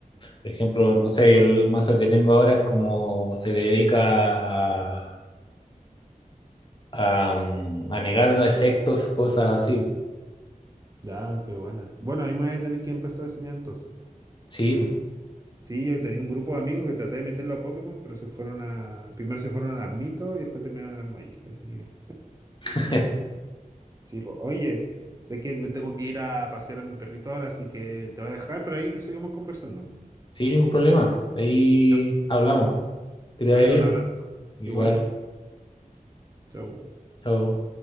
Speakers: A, on the left; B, on the right.
A: Por ejemplo,
B: sí,
A: no sé, yo el mazo que tengo ahora es como se dedica a, a, mm, a negar efectos, cosas así.
B: ya, qué buena. Bueno, ahí me voy a tener que empezar a enseñar entonces. po.
A: Sí,
B: Sí, yo tenía un grupo de amigos que traté de meterlo a Pokémon, pero se fueron a, primero se fueron a las mitos y después terminaron en las Magic, así que.
A: <laughs>
B: Sí, pues, oye, sé que me tengo que ir a pasear a mi perrito ahora, así que te voy a dejar, pero ahí seguimos conversando.
A: sin ningún problema. Ahí
B: Yep.
A: hablamos. Que te
B: Cuídate,
A: vaya bien.
B: un abrazo.
A: Igual,
B: Igual. Chau.
A: chao.